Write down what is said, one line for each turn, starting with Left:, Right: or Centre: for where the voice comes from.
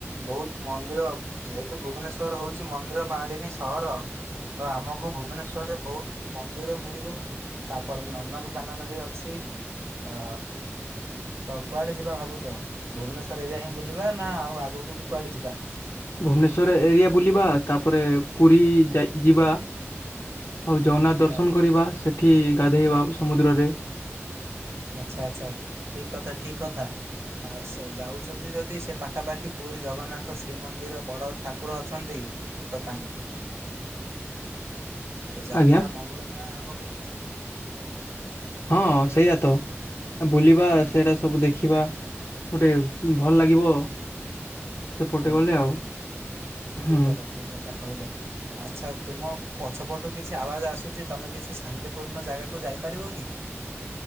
Right: ବହୁତ ମନ୍ଦିର ଯେହେତୁ ଭୁବନେଶ୍ୱର୍ ହଉଛି ମନ୍ଦିର ମାଳିନୀ ସହର। ତ ଆମକୁ ଭୁବନେଶ୍ଵରରେ ବହୁତ ମନ୍ଦିର ମିଳିବ ତାପରେ ନନ୍ଦନକାନନ ବି ଅଛି ଆ ତ କୁଆଡ଼େ ଯିବା ଭାବୁଛ ଭୁବନେଶ୍ୱର ଏରିଆ ହିଁ ବୁଲିବା ନା ଆଉ ଆଗକୁ ବି କୁଆଡ଼େ ଯିବା?
Left: ଭୁବନେଶ୍ଵର ଏରିଆ ବୁଲିବା ତାପରେ ପୁରୀ ଯାଇ ଯିବା। ଆଉ ଜଗନ୍ନାଥ
Right: ଆଚ୍ଛା
Left: ଦର୍ଶନ କରିବା ସେଠି ଗାଧେଇବା ସମୁଦ୍ରରେ।
Right: ଆଚ୍ଛା ଆଛା ଠିକ କଥା ଠିକ କଥା ଆ ଯାଉଛନ୍ତି ଯଦି ସେ ପାଖାପାଖି ପୁରୀ ଜଗନ୍ନାଥ ଶ୍ରୀମନ୍ଦିର ବଡ଼ ଠାକୁର ଅଛନ୍ତି ତ ତାଙ୍କ ଏ ଯାତ୍ରା
Left: ଆଜ୍ଞା
Right: ମଙ୍ଗଳମୟ ହେବ କେମିତି?
Left: ହଁ ସେଇଆ ତ ବୁଲିବା
Right: ହୁଁ
Left: ସେଇଟା ସବୁ ଦେଖିବା ଗୋଟେ ଭଲ ଲାଗିବ। ସେପଟେ
Right: ହୁଁ
Left: ଗଲେ ଆଉ
Right: ଠିକ୍
Left: ହୁଁ।
Right: କଥା ଠିକ୍ କଥା କହିଲ। ଆଚ୍ଛା ତୁମ ପଛପଟୁ କିଛି ଆବାଜ ଆସୁଛି ତୁମେ କିଛି ଶାନ୍ତିପୂର୍ଣ୍ଣ ଜାଗାକୁ ଯାଇପାରିବ କି?